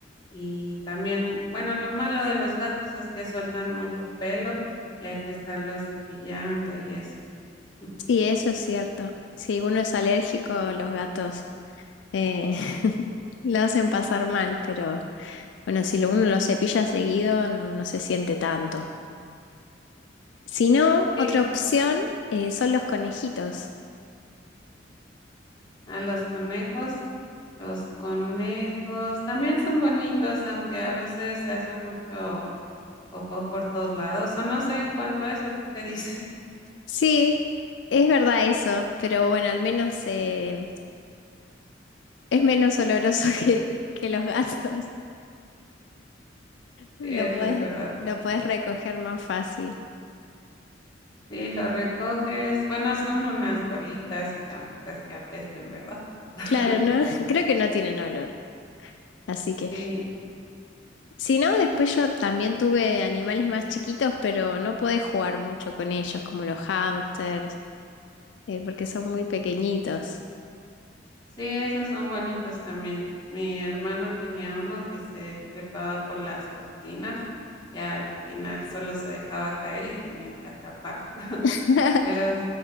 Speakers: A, on the left; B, on the left.
A: y también, bueno, lo malo de los gatos es que sueltan mucho pelo y hay que estarlos cepillando y eso. Mm.
B: sí, eso es cierto. Si uno es alérgico, los gatos eh, <laughs> lo hacen pasar mal, pero... Bueno, si lo- uno lo cepilla seguido, no, no se siente tanto. Si no,
A: Sí,
B: otra opción eh, son los conejitos.
A: a los conejos. Los conejos también son bonitos, aunque a veces se hace mucho o po- por todos lados, o no sé en cuanto a eso, ¿tú qué dices? <laughs>
B: Sí, es verdad eso, pero bueno, al menos eh, es menos oloroso <laughs> que, que los gatos. Lo
A: Sí, eso
B: podés,
A: es verdad
B: lo
A: también.
B: podés recoger más fácil.
A: Sí, lo recoges. Bueno, son unas bolitas y tampoco es que apesten, ¿verdad? <laughs>
B: Claro, ¿no? <laughs> Creo que no tienen olor. Así que,
A: Sí,
B: si no, después yo también tuve animales más chiquitos, pero no podés jugar mucho con ellos, como los hámsters, eh, porque son muy pequeñitos.
A: sí, esos son bonitos también. Mi hermano tenía uno que se trepaba por las cortinas y al final solo se dejaba caer y tenían que atraparlo.
B: <laughs>
A: Pero